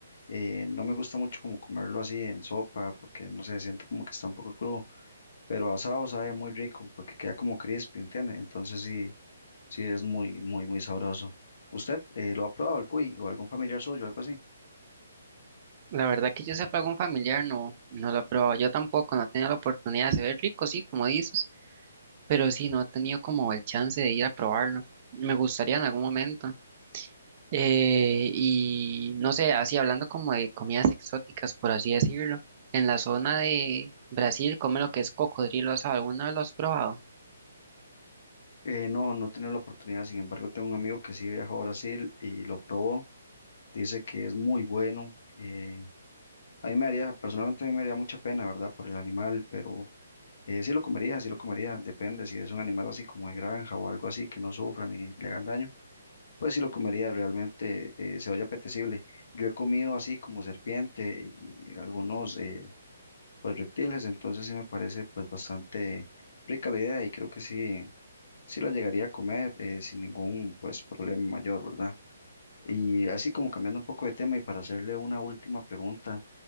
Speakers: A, on the left (about 60°); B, on the right (about 35°).
A: Eh, no me gusta mucho como comerlo así en sopa, porque no sé, siento como que está un poco crudo, pero asado sabe muy rico porque queda como crispy, ¿entiende? Entonces sí, sí es muy, muy, muy sabroso. ¿Usted eh, lo ha probado el cuy o algún familiar suyo, algo así?
B: La verdad que yo sepa algún familiar no, no lo ha probado. Yo tampoco, no he tenido la oportunidad. Se ve rico, sí, como dices, pero sí, no he tenido como el chance de ir a probarlo. Me gustaría en algún momento. Eh, y no sé, así hablando como de comidas exóticas, por así decirlo, en la zona de Brasil, come lo que es cocodrilo asado, ¿alguna vez lo has probado?
A: Eh, no, no he tenido la oportunidad, sin embargo, tengo un amigo que sí viajó a Brasil y lo probó, dice que es muy bueno. eh, a mí me haría, personalmente a mí me haría mucha pena, ¿verdad? Por el animal, pero eh, sí lo comería, sí lo comería, depende si es un animal así como de granja o algo así que no sufra ni le hagan daño Pues sí lo comería, realmente eh, se oye apetecible. Yo he comido así como serpiente y algunos eh, pues reptiles, entonces sí me parece pues bastante rica la idea y creo que sí, sí la llegaría a comer eh, sin ningún pues problema mayor, ¿verdad? Y así como cambiando un poco de tema y para hacerle una última pregunta,